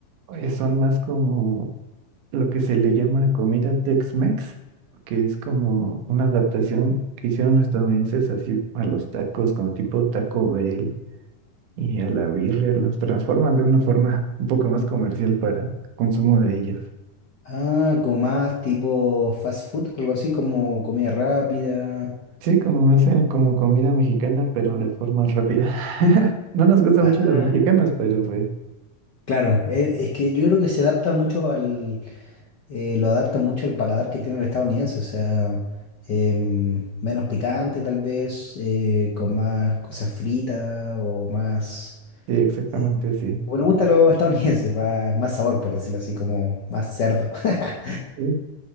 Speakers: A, on the right (about 75°); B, on the left (about 55°).
A: eh, son más como lo que se le llama comida Tex-Mex, que es como una adaptación que hicieron los estadounidenses así a los tacos, como tipo Taco Bell y a la birria. Los transforman de una forma un poco más comercial para consumo de ellos.
B: Ah, como más tipo fast food, algo así como comida rápida.
A: Sí, como hacen como comida mexicana, pero de forma rápida. <laughs> No nos gustan
B: Ah,
A: mucho los mexicanos, pero pues
B: claro, e- es que yo creo que se adapta mucho al, eh, lo adapta mucho al paladar que tiene el estadounidense, o sea, em, menos picante tal vez, eh, con más cosas fritas o más,
A: sí, exactamente
B: eh,
A: sí.
B: como le gusta a los estadounidenses, más, más sabor por decirlo así, como más cerdo. <laughs>
A: Sí.